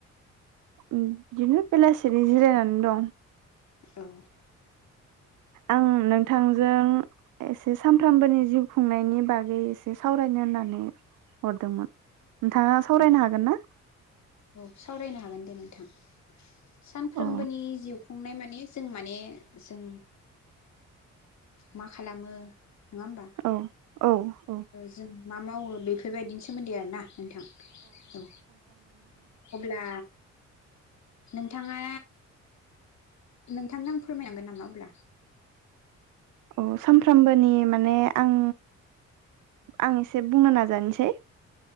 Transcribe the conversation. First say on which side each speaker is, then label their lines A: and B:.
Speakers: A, on the right (about 85°); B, on the left (about 65°).
A: बिदिनो बेलासि जिरायनानै दं।
B: औ।
A: आं नोंथांजों एसे सामफ्रामबोनि जिउ खुंनायनि बागै एसे सावरायनो होननानै हरदोंमोन। नोंथाङा सावरायनो
B: औ
A: हागोन ना
B: औ सावरायनो हागोन दे नोंथां। सानफ्रोमबोनि
A: अ
B: जिउ खुंनाय मा ने जों माने जों मा खालामो नङा होमबा
A: औ औ औ
B: जों मा मावो बेफोर बायदिनि सोमोन्दै आरोना। नोंथां औ अब्ला। नोंथाङा नोंथांनो आं फोरमायनांगोन नामा अब्ला
A: औ सानफ्रोमबोनि माने आं आं एसे बुंनो नाजानोसै